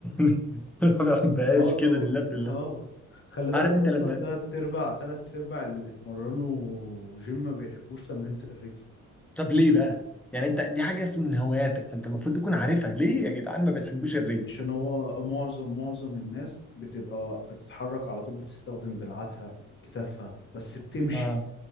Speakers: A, in the centre; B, on the left.
A: <laughs> ما بحبهاش
B: اه طبعا
A: كده لله في
B: اه
A: الله
B: خلي بالك
A: عارف انت
B: اصلا
A: لما
B: تلات ارباع تلات ارباع اللي بيتمرنوا جيم ما بيحبوش تمرينة الرجل
A: طب ليه بقى يعني انت دي حاجه في- من هواياتك فانت المفروض تكون عارفها ليه يا جدعان ما بتحبوش الرجل
B: عشان هو معظم معظم الناس بتبقى بتتحرك على طول بتستخدم دراعاتها كتافها بس بتمشي
A: اه